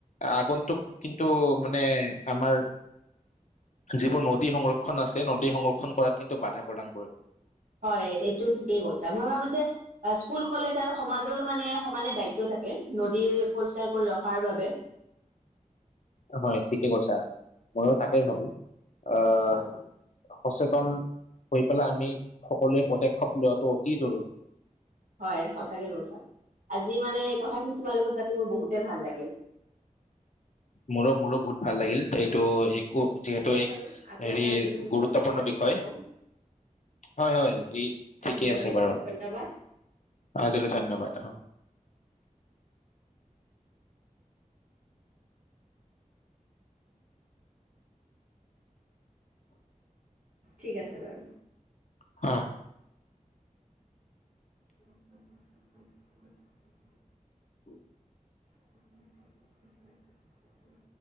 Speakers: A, on the left (about 60°); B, on the right (about 75°).
A: আগন্তুক কিন্তু মানে আমাৰ যিবোৰ নদী সংৰক্ষণ আছে নদী সংৰক্ষণ কৰাত কিন্তু বাধাত প্ৰদান কৰিব
B: হয় এইটো ঠিকেই কৈছা মই ভাবো যে স্কুল কলেজ আৰু সমাজৰো মানে সমানে দায়িত্ব থাকে, নদী পৰিষ্কাৰ কৰি ৰখাৰ বাবে।
A: হয় ঠিকে কৈছা। ময়ো
B: হয়,
A: তাকেই ভাবো আহ।
B: হয়।
A: সচেতন হৈ পেলাই আমি সকলোৱে পদক্ষেপ লোৱাটো অতি জৰুৰী।
B: হয় সঁচাকে কৈছা, আজি মানে কথাখিনি তোমাৰ লগত পাতি মোৰ বহুতে ভাল লাগিল।
A: মোৰো মোৰো বহুত ভাল লাগিল এইটো
B: ঠিক
A: যিহেতু
B: আছে
A: এক
B: বাৰু আকৌ
A: হেৰি
B: এটা নতুন বিষয়ত
A: গুৰুত্বপূৰ্ণ
B: কথা পাতিম
A: বিষয়
B: আকৌ
A: হয় হয় এই
B: আজিলৈ
A: ঠিকেই আছে বাৰু
B: ধন্যবাদ
A: আজি লৈ ধন্যবাদ।
B: ঠিক আছে বাৰু।
A: হা
B: <unintelligible>
A: <unintelligible>
B: <unintelligible>